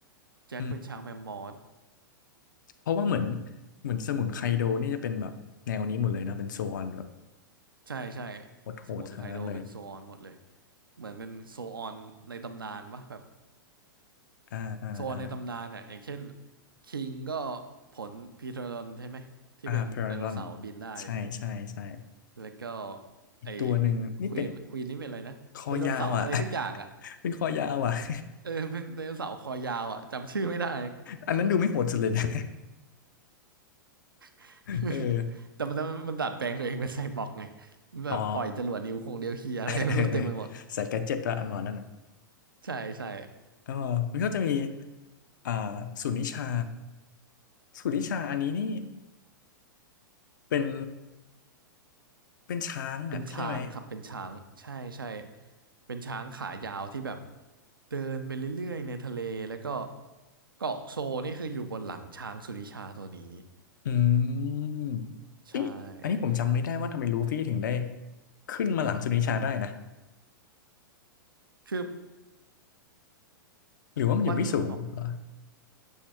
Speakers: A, on the right; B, on the left.
A: แจ็คเป็นช้างแมมมอส
B: อืมเพราะว่าเหมือนเหมือนสมุนไคโดนี่จะเป็นแบบแนวนี้หมดเลยนะเป็นโซออนแบบ
A: ใช่ใช่
B: โหดๆทางนั้นเลย
A: สมุนไคโดเป็นโซออนหมดเลยเหมือนเป็นโซออนในตำนานปะแบบ
B: อ่าอ่าอ่า
A: โซออนในตำนานเนี่ยอย่างเช่นคิงก็ผลพีทรอนใช่ไหมที่เป็นไดโนเสาร์บินได้
B: อ่าเพรันดอนใช่ใช่ใช่
A: แล้วก็
B: อีกตัวหนึ่งนี่เป็น
A: ไอควีนควีนนี่เป็นอะไรนะไดโนเสาร์อะไรสักอย่างอ่ะ
B: คอยาวอ่ะ <laughs> เป็นคอยาวอ่ะ <laughs>
A: เออเป็นไดโนเสาร์คอยาวอ่ะจำชื่อไม่ได้
B: อันนั้นดูไม่โหดสุดเลยนะ
A: <laughs>
B: <laughs> เออ
A: แต่มันมันดัดแปลงตัวเองเป็นไซบอร์กไงแบบปล่อยจรวดนิ้วคงเดียวเคียอะไรไม่รู้เต็มไปหมด
B: อ๋อ <laughs> เออเออใสายแกดเจ็ตละอันหมอนั่นอ่ะ
A: ใช่ใช่
B: เออมันก็จะมีอ่าศูนย์วิชาศูนย์วิชาอันนี้นี่เป็นเป็นช้างอ่ะใช่ไหม
A: เป็นช้างครับเป็นช้างใช่ใช่เป็นช้างขายาวที่แบบเดินไปเรื่อยๆในทะเลแล้วก็เกาะโซนี่คืออยู่บนหลังช้างสุนิชาตัวนี้
B: อืม
A: ใช่
B: เอยอันนี้ผมจำไม่ได้ว่าทำไมลูฟี่ถึงได้ขึ้นมาหลังสุนิชาได้นะ
A: คือ
B: หรือว่ามันอยู่ไม่สูงเหรอ
A: มันออก